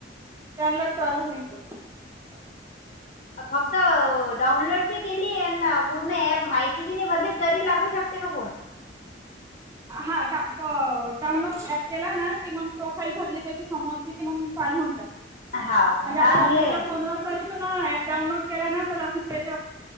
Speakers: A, on the right; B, on the left.
A: त्यांला चालू होईनल तो.
B: फक्त डाऊनलोड बी केली, आणि पूर्ण प माहिती बी नाही, भरली तरी लागू शकत. का फोन. <unintelligible>
A: हा डा डाउनलोड ऍप केला ना, की मग प्रोफाईल भरली त्याची समोरची कि मग. चालवून जात
B: हाव काय
A: <unintelligible> म्हणजे
B: हा
A: आता
B: आणि
A: लकांच्या
B: हे
A: फोन ववर झा तू ऍप डाऊनलोड केला ना कॉल होप्पा <unintelligible>